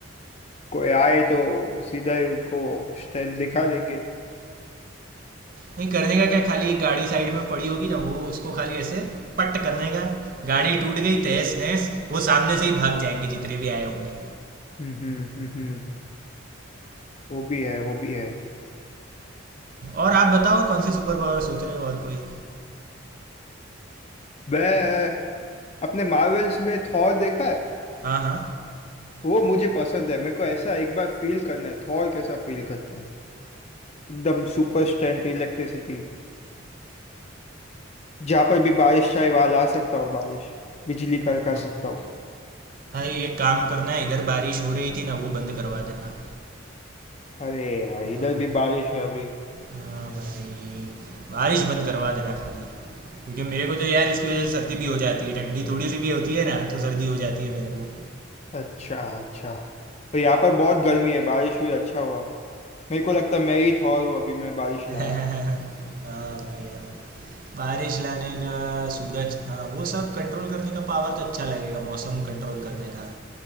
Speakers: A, on the left; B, on the right.
A: कोई आए तो सीधा ही उनको स्टैंड दिखा देंगे
B: नहीं करने का क्या खाली एक गाड़ी साइड में पड़ी होगी ना वो उसको खाली ऐसे पट करने का गाड़ी टूट गई तहस नहस वो सामने से ही भाग जाएंगे जितने भी आए होंगे
A: हम्म हम्म हम्म हम्म, वो भी है वो भी है
B: और आप बताओ कौन सी सुपर पावर सोच रहे हो और कोई
A: मैं अपने मार्वल्स में थॉर देखा है
B: हाँ हाँ
A: वो मुझे पसंद है मेरे को ऐसा एक बार फील करना है थॉर कैसा फील करता है एकदम सुपर स्ट्रेंथ इलेक्ट्रिसिटी जहाँ पर भी बारिश चाहे वहां ला सकता हूँ बारिश बिजली करका
B: हाँ,
A: सकता हूँ
B: भाई एक काम करना है इधर बारिश हो रही थी ना वो बंद करवा देना
A: अरे यार
B: हाँ
A: इधर भी बारिश है अभी
B: हाँ भाई बारिश बंद करवा देना खाली क्योंकि मेरे को तो यार इसकी वजह से सर्दी भी हो जाती है ठंडी थोड़ी सी भी होती है ना तो सर्दी हो जाती है मेरे को
A: अच्छा अच्छा तो यहाँ पर बहुत गर्मी है बारिश हुई अच्छा हुआ मेरे को लगता है मैं ही थॉर हूँ अभी मैं बारिश
B: हाँ
A: लाया
B: हाँ भाई हाँ बारिश लाने का सूरज हाँ वो सब कंट्रोल करने का पावर तो अच्छा लगेगा मौसम कंट्रोल करने का